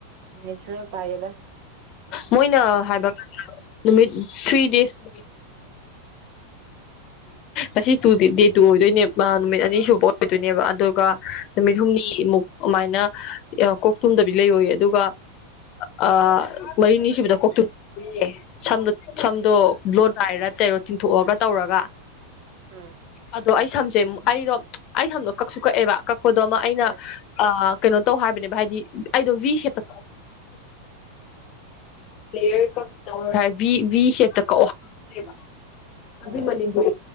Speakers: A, on the right (about 50°); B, on the left (about 40°).
A: ꯅꯦꯆꯨꯔꯦꯜ ꯇꯥꯏꯗ
B: ꯃꯣꯏꯅ ꯍꯥꯏꯕꯒꯥꯟꯗ ꯅꯨꯃꯤꯠ ꯊ꯭ꯔꯤ ꯗꯦꯖ ꯑꯁꯤ ꯇꯨ ꯗꯦ ꯇꯨ ꯑꯣꯏꯗꯣꯏꯅꯦꯕ ꯅꯨꯃꯤꯠ ꯑꯅꯤ ꯁꯨꯕ ꯑꯣꯏꯗꯣꯏꯅꯦꯕ ꯑꯗꯣ ꯀꯥ ꯅꯨꯃꯤꯠ ꯍꯨꯝꯅꯤ ꯃꯨꯛ ꯑꯗꯨꯃꯥꯏꯅ ꯀꯣꯛ ꯇꯨꯝꯗꯕꯤ ꯂꯩꯌꯣꯌꯦ ꯑꯗꯨꯒ ꯑ ꯃꯔꯤ ꯅꯤ ꯁꯨꯕꯗ ꯀꯣꯛ ꯇꯨꯝ ꯁꯝꯗꯣ ꯁꯝꯗꯣ ꯀꯔꯣꯞ ꯂꯥꯛꯢꯔ ꯇꯦꯔꯣꯠ ꯆꯤꯡꯊꯣꯛꯑꯒ ꯇꯧꯔꯒ
A: ꯎꯝ
B: ꯑꯗꯣ ꯑꯩ ꯁꯝꯁꯦ ꯑꯩꯗꯣ ꯑꯩ ꯁꯝꯗꯣ ꯀꯛꯁꯨ ꯀꯛꯑꯦꯕ ꯀꯛꯄꯗꯣ ꯑꯃ ꯑꯩꯅ
A: ꯎꯝ
B: ꯀꯩꯅꯣ ꯇꯧ ꯍꯥꯏꯕꯅꯦꯕ ꯍꯥꯏꯗꯤ ꯑꯩꯗꯣ ꯚꯤ ꯁꯦꯞꯇ
A: ꯑꯥ
B: ꯭ꯂꯦ ꯚ ꯚ ꯁꯦꯠꯇ ꯀꯛꯑꯣ꯭ꯔꯦꯕ ꯑꯗꯨ
A: ꯎꯝ
B: ꯃꯅꯤꯄꯨꯔ